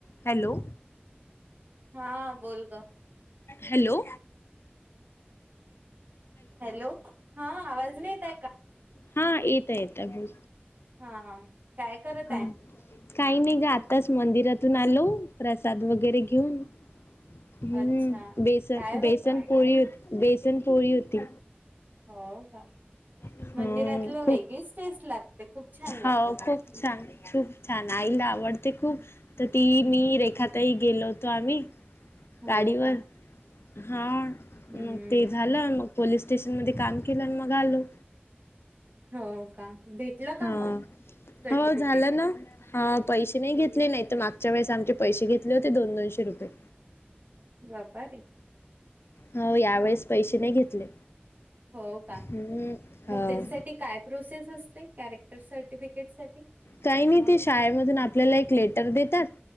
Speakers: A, on the left; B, on the right.
A: हॅलो
B: हा बोल ग
A: हॅलो
B: हॅलो हा आवाज नाहीेत आहे का
A: हा येत येत बोल
B: हा काय करत
A: हम्म
B: आहे
A: काही नाही ग आताच मंदिरातून आलो प्रसाद वगैरे घेऊन हम्म
B: अच्छा
A: बेसन
B: काय होत
A: बेसन पोरी होती बेसन पोरी होती
B: हो का
A: ह
B: मंदिरातलं
A: खूप
B: वेगळीच टेस्ट लागते खूप छान
A: हो
B: लागते पण
A: खूप छान खूप छान आईला आवडते खूप तर ती
B: हम्म
A: मी रेखा आताही गेलो होतो आम्ही
B: हो
A: गाडीवर
B: का
A: हां
B: हम्म
A: मग ते झालं मग पोलीस स्टेशन मध्ये काम केलं मग आलो
B: हो का भेटलं का
A: हा
B: मग सर्टिफिकेट
A: हो झालं ना हा पैसे नाही घेतले नाही तर मागच्या वेळेस आमचे पैसे घेतले होते दोन दोनशे रुपये
B: व्यापारी
A: हो यावेेळेस पैसे नाही घेतले.
B: हो का
A: हम्म, हो
B: मग त्याच्यासाठी काय प्रोसेस असते कॅरेक्टर सर्टिफिकेट साठी-
A: काही नाही ते शाळेमधून आपल्याला एक लेटर देतात